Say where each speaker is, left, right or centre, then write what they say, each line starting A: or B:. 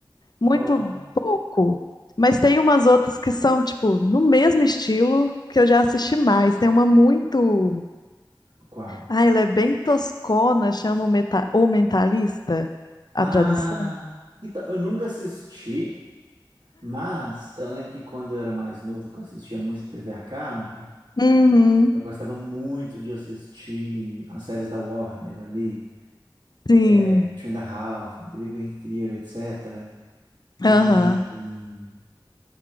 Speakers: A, on the left; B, on the right.
A: muito
B: Ó,
A: pouco. Mas tem umas outras que são, tipo, no mesmo estilo que eu já assisti mais. Tem uma muito.
B: qual?
A: Ah, ela é bem toscona, chama o, meta... o Mentalista,
B: Ah,
A: a tradução.
B: então, eu nunca assisti, mas eu lembro que quando eu era mais novo, que eu assistia muito TV a cabo,
A: Uhum.
B: eu gostava muito de assistir as séries da Warner ali,
A: Sim.
B: eh, Two and a Half, The Big Bang Theory, etc. E,
A: Aham.